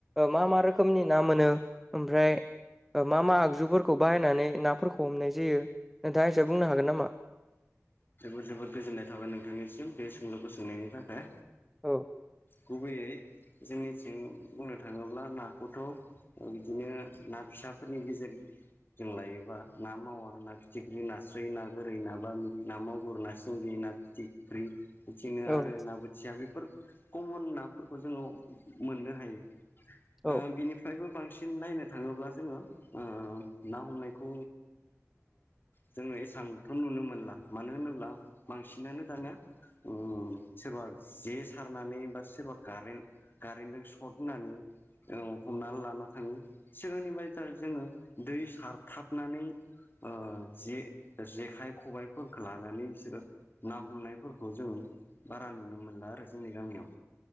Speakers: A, in the centre; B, on the left.
A: मा मा रोखोमनि ना मोनो। ओमफ्राय मा मा आगजुफोरखौ बाहायनानै नाफोरखौ हमनाय जायो। नोंथाङा एसे बुंनो हागोन नामा?
B: जोबोद जोबोद गोजोननाय थाबाय नोंथांनिसिम बे सोंलुखौ सोंनायनि थाखाय
A: औ
B: गुबैयै जोंनिथिं बुंनो थाङोब्ला नाखौथ' बिदिनो ना फिसाफोरनि गेजेर जों लायोबा ना मावा ना फिथिख्रि नास्रै ना ओरै ना बामि ना मागुर ना सिंगि ना फिथिख्रि बिदिनो
A: औ
B: आरो ना बोथिया बेफोर कमन ना फोरखौ‌ जोङो मोननो हायो
A: औ
B: ओ बिनिफ्रायबो बां बांसिन नायनो थाङोब्ला जोङो ओ ना हमनायखौ जोङो एसां मानो होनोब्ला बांसिनानो दानिया उम सोरबा जे सारनानै बा सोरबा कारेन्ट कारेन्टजों सर्ट हनानै औ हमनानै लाना थाङो सिगांनि बायसा जोङो दै सारथाबनानै अ जे जे खाइ खबाइफोरखौ लानानै बिसोरो ना हमनायफोरखौ जों बारा नुनो मोनला आरो जोंनि गामियाव